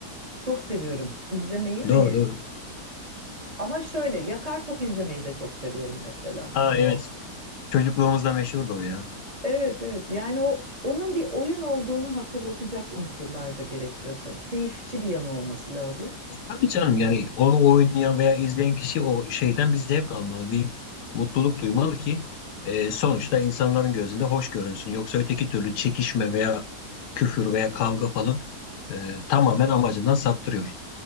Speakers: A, on the right; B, on the left.
A: Çok seviyorum izlemeyi hani
B: doğru doğru.
A: ama şöyle yakar top izlemeyi de çok seviyorum mesela.
B: Ha
A: Hani
B: evet.
A: o
B: Çocukluğumuzda meşhurdu o ya.
A: Evet evet yani o onun bir oyun olduğunu hatırlatacak unsurlar da gerekiyor sanırım. Keyifçi bir yanı olması lazım.
B: E, tabii canım yani onu oynayan veya izleyen kişi o şeyden bir zevk almalı. Bir mutluluk duymalı ki e, sonuçta insanların gözünde hoş görünsün. Yoksa öteki türlü çekişme veya küfür veya kavga falan e, tamamen amacından saptırıyor.